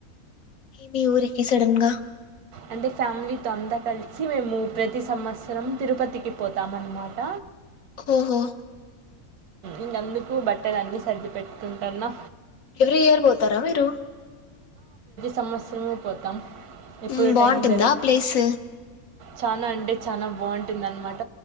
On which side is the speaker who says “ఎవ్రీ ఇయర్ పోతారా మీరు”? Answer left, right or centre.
Left